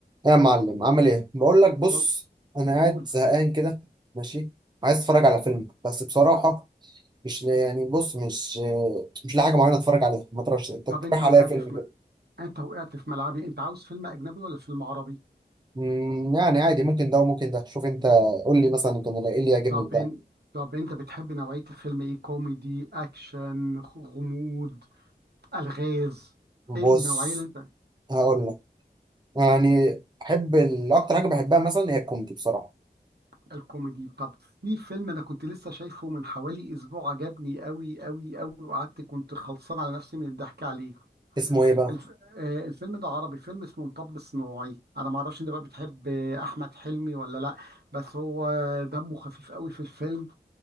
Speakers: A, on the right; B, on the right.
A: يا معلم عامل ايه بقول لك بص
B: وال...
A: انا قاعد
B: قول
A: زهقان كده ماشي عايز اتفرج على فيلم بس بصراحه مش يعني بص مش مش لاقي حاجه معينه اتفرج عليها ما تعرفش انت
B: طب
A: تقترح
B: انت وقعت
A: عليا فيلم
B: في
A: كده
B: م... انت وقعت في ملعبي انت عاوز فيلم اجنبي ولا فيلم عربي
A: أمم، يعني عادي ممكن ده وممكن ده شوف انت قول لي مثلا كان ايه اللي يعجبني
B: طب
A: في ده
B: ان... طب انت بتحب نوعية الفيلم ايه كوميدي اكشن خ- غموض الغاز
A: بص
B: ايه النوعية اللي انت
A: هقول لك يعني احب ال- اكتر حاجه بحبها مثلا هي الكوميدي بصراحه
B: الكوميدي طب في فيلم انا كنت لسه شايفه من حوالي اسبوع عجبني قوي قوي قوي وقعدت كنت خلصان على نفسي من الضحك عليه
A: اسمه ايه بقى
B: الف... آه، الفيلم ده عربي فيلم اسمه مطب صناعي انا ما اعرفش انت بقى بتحب آه، احمد حلمي ولا لا بس هو دمه خفيف قوي في الفيلم